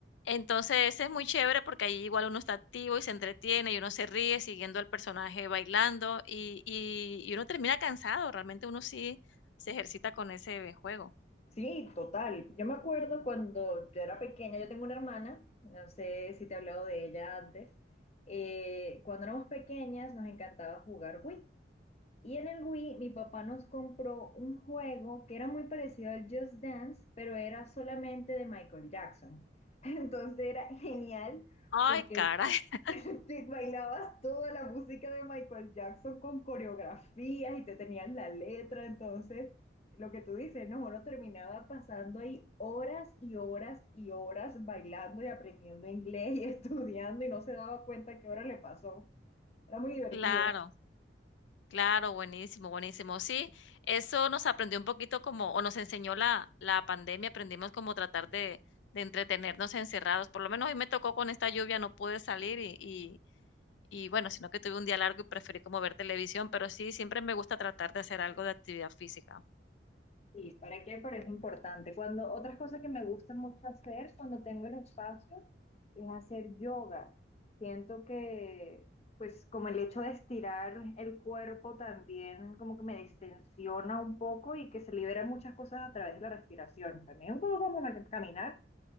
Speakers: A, on the left; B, on the left.
A: Entonces es muy chévere porque ahí igual uno está activo y se entretiene y uno se ríe siguiendo al personaje bailando y, y, y uno termina cansado, realmente uno sí se ejercita con ese juego.
B: Sí, total. Yo me acuerdo cuando yo era pequeña, yo tengo una hermana, no sé si te he hablado de ella antes, eh, cuando éramos pequeñas nos encantaba jugar Wii. Y en el Wii mi papá nos compró un juego que era muy parecido al Just Dance, pero era solamente de Michael Jackson. <laughs> Entonces era genial
A: Ay,
B: porque
A: caray, <laughs>
B: <laughs> te bailabas toda la música de Michael Jackson con coreografías y te tenías la letra. Entonces, lo que tú dices, no, bueno, terminaba pasando ahí horas y horas y horas bailando y aprendiendo inglés y <laughs> estudiando y no se daba cuenta qué hora le pasó. Era muy divertido.
A: claro, claro, buenísimo, buenísimo. Sí, eso nos aprendió un poquito como, o nos enseñó la, la pandemia, aprendimos como tratar de, de entretenernos encerrados. Por lo menos hoy me tocó con esta lluvia, no pude salir y, Y bueno, sino que tuve un día largo y preferí como ver televisión, pero sí, siempre me gusta tratar de hacer algo de actividad física.
B: Sí, ¿para qué? Pero es importante. Cuando otras cosas que me gusta mucho hacer cuando tengo el espacio es hacer yoga. Siento que, pues, como el hecho de estirar el cuerpo también como que me distensiona un poco y que se liberan muchas cosas a través de la respiración. También un poco como ma- caminar,